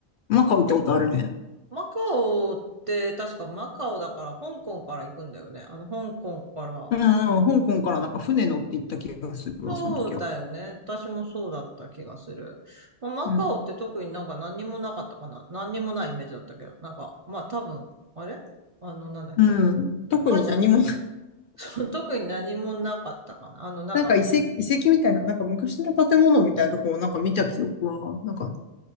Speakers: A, on the left; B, on the right.
A: マカオ行ったことあるね。
B: マカオって確かマカオだから香港から行くんだよね。あの香港から
A: うん、うん、香港からなんか船乗って行った気がするわ、
B: そうだよね。
A: その時は。
B: 私もそうだった気がする。まあ、マカオって特になんか何にもなかったかな。
A: うん、
B: 何にもないイメージだったけど、なんか、まあ多分、あれあの、なんだっけ。
A: うん。特に何も、
B: カジ
A: <laughs>
B: ノ、<laughs> 特に何もなかったかな。あの、なんか、
A: なんか遺跡、遺跡みたいな、なんか昔の建物みたいなとこをなんか見た記憶は、なんか